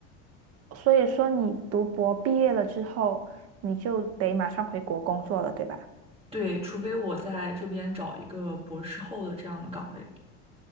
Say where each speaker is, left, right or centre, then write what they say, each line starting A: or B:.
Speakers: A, on the right; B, on the right.
A: 所以说你读博毕业了之后，你就得马上回国工作了，对吧？
B: 对，除非我在这边找一个博士后的这样的岗位